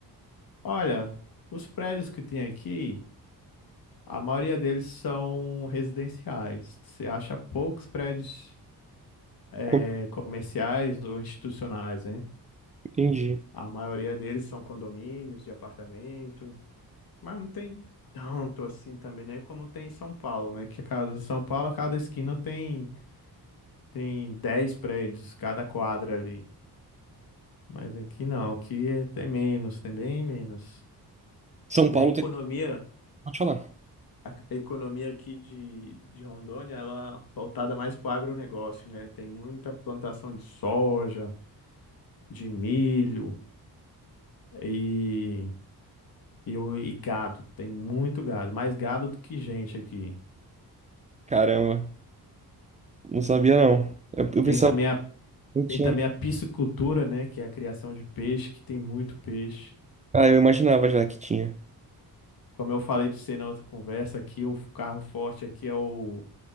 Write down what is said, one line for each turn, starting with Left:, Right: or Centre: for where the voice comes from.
Left: Olha, os prédios que tem aqui, a maioria deles são residenciais. Você acha poucos prédios eh,
Right: como-
Left: comerciais ou institucionais, né?
Right: entendi.
Left: A maioria deles são condomínios de apartamento, mas não tem tanto assim também, né? Como tem em São Paulo, né? Que cada São Paulo, a cada esquina tem Tem 10 prédios cada quadra ali. Mas aqui não, aqui é- tem menos, tem bem menos.
Right: São Paulo
Left: E a economia,
Right: tem. Pode falar.
Left: a economia aqui de, de Rondônia, ela é voltada mais para o agronegócio, né? Tem muita plantação de soja, de milho e, e, o- e gado. Tem muito gado, mais gado do que gente aqui.
Right: Caramba, não sabia não. Eu, eu
Left: Tem
Right: pensava
Left: também
Right: que
Left: a,
Right: não tinha.
Left: tem também
Right: não.
Left: a piscicultura, né? Que é a criação de peixe, que tem muito peixe.
Right: Ah, eu imaginava já que tinha.
Left: Como eu falei pra você na outra conversa, aqui o carro forte aqui é o